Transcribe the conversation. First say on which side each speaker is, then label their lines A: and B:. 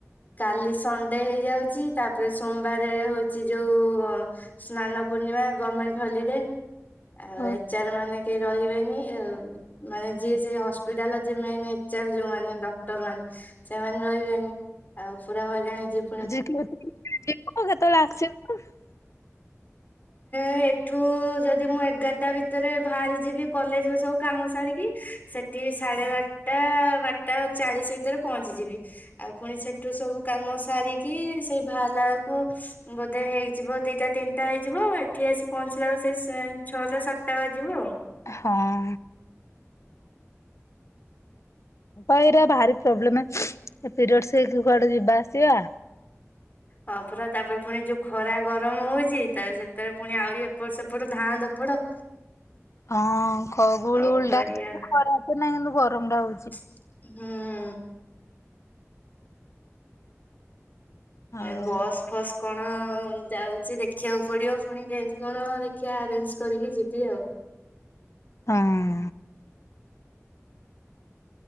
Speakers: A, on the left; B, on the left.
A: କାଲି ସଣ୍ଡେ ହେଇଯାଉଛି। ତାପରେ ସୋମବାର ହଉଛି ଯୋଉ ସ୍ନାନ ପୂର୍ଣ୍ଣିମା ଗଭର୍ଣମେଣ୍ଟ ହଲିଡେ ଆଉ
B: ଓ
A: ଏଚର ମାନେ କେହି ରହିବେନି ଆଉ। ମାନେ ଯିଏ ସେଇ ହସ୍ପିଟାଲ ମେନ ଏଚ ଆର ଯୋଉ ମାନେ ଡକ୍ଟର ମାନେ ସେମାନେ ରହିବେନି। ଆଉ ପୁରା ହଇରାଣୀ ଯିବ
B: ଆ ଯେ କେିବ କେତ ଲାଗଛି <unintelligible> ହ <inaudible>
A: ଏଠୁ ଯଦି ମୁଁ ଏଗାରଟା ଭିତରେ ବାହାରି ଯିବି କଲେଜ ସବୁ କାମ ସାରିକି- ସେଠି ସାଢେ ବାରଟା ବାରଟା ଚାଳିଶ ଭିତରେ ପହଞ୍ଚିଯିବି। ଆଉ ପୁଣି ସେଠୁ ସବୁ କାମ ସାରିକି ସେଇ ବାକୁ ବୋଧେ ହେଇଯିବ ଦିଟା ତିନିଟା। <unintelligible> ହେଇଯିବ ଏଠି ଆସି ପହଞ୍ଚିଲା ବଳ ସେଇ ଛଅଟା ସାତଟା ବାଜିବ ଆଉ।
B: ହଁ। ଏଇଟା ଭାରି ପ୍ରୋବ୍ଲେମ ପିରିଡସ୍ ହେଇକି କୁଆଡେ ଯିବା ଆସିବା।
A: ହଁ ପୁରା ତାପରେ ପୁଣି ଯୋଉ ଖରା ଗରମ ହଉଛି ତା ସେତରେ ପୁଣି ଆହୁରି ଏପଟ ସେପଟ ଧାଁ ଦପଡ।
B: ହଁ ଗୁଳଗୁଳିଟା
A: କଣ କରିବା
B: ଖରା ତ ନାହିଁ କିନ୍ତୁ ଗରମ ଟା ହଉଛି।
A: ହୁଁ। ଏ
B: ଆଉ।
A: ବସ୍ ଫସ୍। କଣ ଯାଉଛି ଦେଖିବାକୁ ପଡିବ ପୁଣି କେନ୍ତି କଣ ଦେଖିବା ଆରେଞ୍ଜ କରିକି ଯିବି ଆଉ।
B: ହଁ।